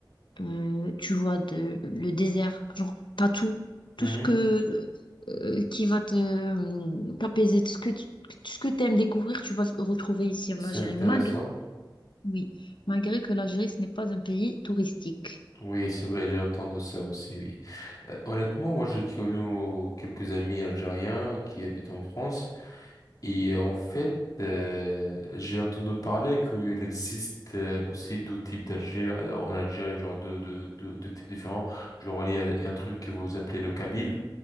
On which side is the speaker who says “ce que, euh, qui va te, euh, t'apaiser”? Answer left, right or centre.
Left